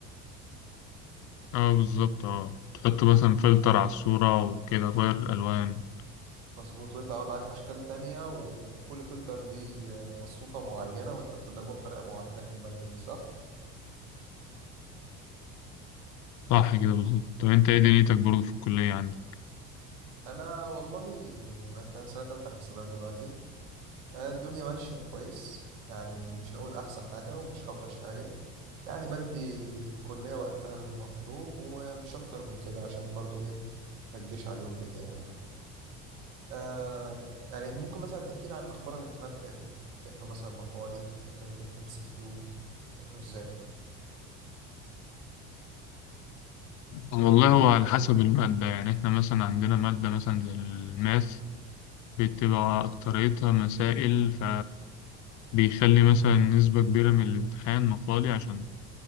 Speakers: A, on the left; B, on the right.
A: اه بالظبط اه تحط مثلا فلتر على الصورة وكده تغير الألوان
B: مظبوط ويطلع بقى معاك اشكال تانية و- وكل فلتر ليه مصفوفة معينة وانت بتضربها بطريقة معينة في المادة دي صح
A: صح كده بالظبط طب انت ايه دنيتك برضو في الكلية عندك؟
B: انا والله انا في سنة تالتة حاسبات دلوقتي آه، الدنيا ماشية كويس يعني مش هقول احسن حاجة ومش اوحش حاجة يعني بدي الكلية وقتها المطلوب ومش اكتر من كده عشان برضو ايه ما تجيش على اليوم بتاعي يعني آه يعني ممكن مثلا تحكي لي عن اخبار الامتحانات بتاعتكم بتمتحنوا مثلا مقالي بتمتحنوا ام سي كيو بتمتحنوا ازاي طيب؟
A: والله هو على حسب المادة يعني احنا مثلا عندنا مادة مثلا زي الماث بتبقى أكتريتها مسائل ف بيخلي مثلا نسبة كبيرة من الامتحان مقالي عشان